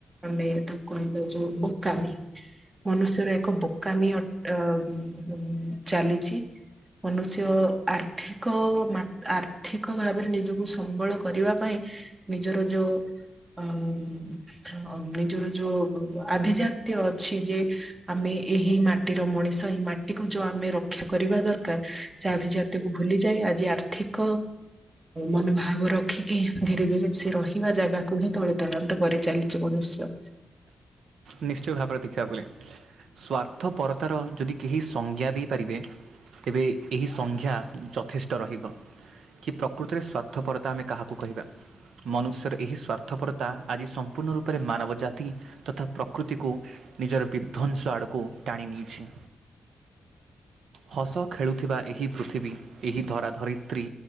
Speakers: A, on the right; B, on the right.
A: ଆମେ ତାକୁ କହିଦେଉଛୁ ବୋକାମି। ମନୁଷ୍ୟର ଏକ ବୋକାମି ଅଟ ଆଁ ଚାଲିଛି। ମନୁଷ୍ୟ ଆର୍ଥିକ ମାତ ଆର୍ଥିକ ଭାବରେ ନିଜକୁ ସମ୍ବଳ କରିବା ପାଇଁ ନିଜର ଯୋଉ ଅ ନିଜର ଯୋଉ ଆଭିଜାତ୍ୟ ଅଛି ଯେ ଆମେ ଏହି ମାଟିର ମଣିଷ ଏଇ ମାଟି ତିକୁ ଯୋଉ ଆମେ ରକ୍ଷା କରିବା ଦରକାର ସେ ଆଭିଜାତ୍ୟକୁ ଭୁଲି ତେ ଆଜି ଆର୍ଥିକ ମନୋଭାବ ରଖିକି ଧୀରେ ଧୀରେ ସେ ରହିବା ଜାଗାକୁ ହିଁ ତଳି ତଳାନ୍ତ କରିଚାଲିଛି ମନୁଷ୍ୟ।
B: ନିଶ୍ଚୟ ଭାବରେ ଦେଖିବା କୁ ଗଲେ। ସ୍ୱାର୍ଥପରତାର ଯଦି କେହି ସଂଜ୍ଞା ଦେଇପାରିବେ ତେବେ ଏହି ସଂଜ୍ଞା ଯଥେଷ୍ଟ ରହିବ। କି ପ୍ରକୃତିରେ ସ୍ୱାର୍ଥପରତା ଆମେ କାହାକୁ କହିବା ମନୁଷ୍ୟର ଏହି ସ୍ୱାର୍ଥପରତା ଆଜି ସ ପୂର୍ଣ ରୂପରେ ମାନବ ଜାତି ତି ତଥା ପ୍ରକୃତିକୁ ନିଜର ବିଧ୍ଵଂସ ଆଡକୁ ଟାଣି ନେଇଛି। ହସ ଖେଳୁଥିବା ଏହି ପୃଥିବୀ ଏହି ଧରାଧରିତ୍ରୀ